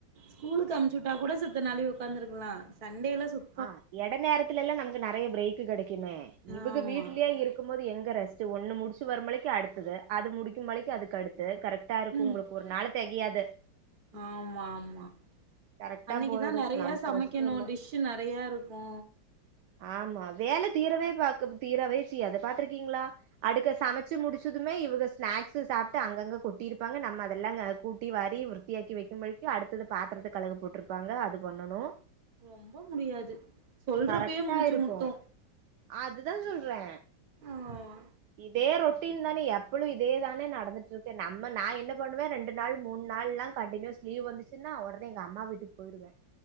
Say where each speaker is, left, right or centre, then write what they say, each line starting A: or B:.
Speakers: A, on the right (about 55°); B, on the right (about 70°).
A: ஸ்கூலுக்கு அம்ச்சி விட்டா கூட செத்த நாலி ஒக்காந்துருக்கலா சண்டேலா சுத்
B: ஆ இடை நேரத்துல எல்லா நமக்கு நெறையா பிரேக் கெடைக்குமே இவுக
A: ஆமா
B: வீட்லயே இரு க்கும் போது எங்க ரெஸ்ட் ஒன்னு முடிச்சு வருமலைக்கு அடுத்தது அது முடிக்கும்மலைக்கு அதுக்கு அடுத்து கரெக்டா இருக்கு
A: ம்
B: உங்களுக் ஒரு நாள் தெகியாது
A: ஆமா ஆமா
B: கரெக்டா
A: அன்னைக்குதா
B: போயிடு
A: நிறையா
B: நமக்கு
A: சமைக்கணு
B: ரெஸ்டே இல்ல
A: டிஷ் நிறையா இருக்கு
B: ஆமா வேல தீரவே பாக் தீரவே செய்யாது பாத்துருக்கீங்களா அடுக்க சமச்சு முடிச்சதுமே இவக ஸ்நாக்ஸ்சு சாப்ட்டு அங்கங்க கொட்டிருப்பாங்க நம்ம அதெல்லாங்க கூட்டி வாரி சுத்தியாக்கி வைக்கும் <unintelligible> அடுத்தது பாத்திரத்த கழுவ போட்ருப்பாங்க அது பண்ணனு
A: ரொம்ப முடியாது சொல்றப்பயே
B: கரெக்டா
A: மூச்சு
B: இருக்கு
A: முட்டு
B: அதுதா சொல்றே
A: ஆமா
B: இதே ரொட்டின் தானே எப்பளு இதே தானே நடந்துட்டு இருக்கு நம்ம நா என்ன பண்ணுவ ரெண்டு நாள் மூணு நாள்லா கண்டினியூஸ் லீவ் வந்துச்சுன்னா உடனே எங்க அம்மா வீட்டுக்கு போயிடுவே